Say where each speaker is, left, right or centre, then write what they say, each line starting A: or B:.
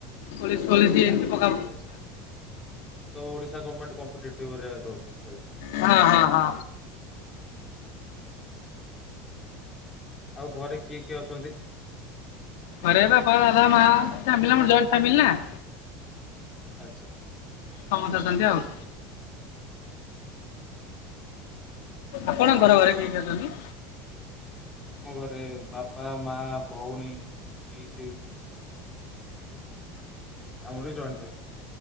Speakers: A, on the left (about 80°); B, on the left (about 15°).
A: police policy ଏମି
B: ଆଚ୍ଛା
A: ପକା
B: ଆଚ୍ଛା ତ ଓଡିଶା ଗଣମେଣ୍ଟ ଦଉଛନ୍ତି ପରୀକ୍ଷା।
A: ହଁ ହଁ ହଁ
B: ଆଉ ଘରେ କିଏ କିଏ ଅଛନ୍ତି
A: ଆରେ ବାପା ଦା ମା ଫାମିଲ ଜଇଣ୍ଟ ଫ୍ୟାମିିଲ ନ
B: ଆଚ୍ଛା
A: ସମସ୍ତଛନ୍ତି ଆଉ ଆପଣଙ୍କର ଘରେ କେହିକ ଅଛନ୍ତି
B: ଆମ ଘରେ ବାପା ମା ଭଉଣୀ ପି ସି ଆମର ଜ